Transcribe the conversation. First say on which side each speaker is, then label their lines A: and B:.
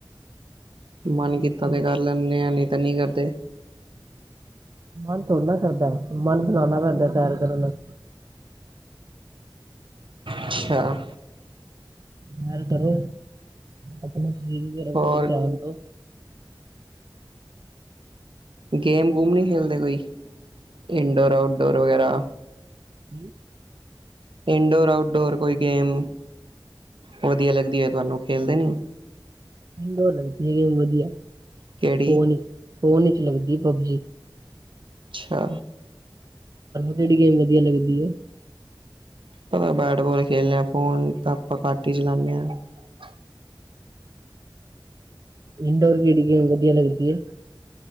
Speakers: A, on the right; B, on the right.
A: ਰੋਟੀ
B: ਮਨ
A: ਖਾਣ
B: ਕੀਤਾ
A: ਤੋਂ
B: ਤੇ ਕਰ ਲੈਂਦੇ ਆ ਨੀ ਐਨੀ ਕਰਦੇ
A: ਮਨ ਥੋੜਾ ਨਾ ਕਰਦਾ ਮਨ ਨਾਨ ਪੈਦਾ ਸੈਰ ਕਰਨ ਨਾਲ
B: ਅੱਛਾ
A: ਸੈਰ ਕਰੋ ਆਪਣੇ ਜ ਮਰਾਡ
B: ਹੋਰ
A: ਚਿਆਦਾ
B: ਗੇਮ ਗੂਮ ਨਹੀਂ ਖੇਲਦੇ ਕੋਈ ਇਨਡੋਰ ਆਊਟਡੋਰ ਵਗੈਰਾ
A: ਕੀ
B: ਇਨਡੋਰ-ਆਊਟਡੋਰ ਕੋਈ ਗੇਮ ਵਧੀਆ ਲੱਗਦੀ ਤੁਹਾਨੂੰ, ਖੇਲਦੇ ਨਹੀਂ?
A: ਇਨਡੋਰ ਲੱਗਦੀ ਐ ਗੇਮ ਵਧੀਆ।
B: ਕੇੜੀ
A: ਫੋਨ ਫੋਨ ਵਿਚ ਲੱਗਦੀ ਪਬਜੀ
B: ਅੱਛਾ।
A: ਜਿਹੜੀ ਗੇਮ ਵਧੀਆ ਲੱਗਦੀ ਹੈ?
B: ਪਤਾ ਬੈਟਬਾਲ ਖੇਲਣੇ ਫੋਨ ਤਾਂ ਆਪਾਂ ਘੱਟ ਹੀ ਚਲਾਉਾਨਦੇ ਹਾਂ ।
A: ਇੰਡੋਰ ਕਿਹੜੀ ਗੇਮ ਵਧੀਆ ਲੱਗਦੀ ਹੈ?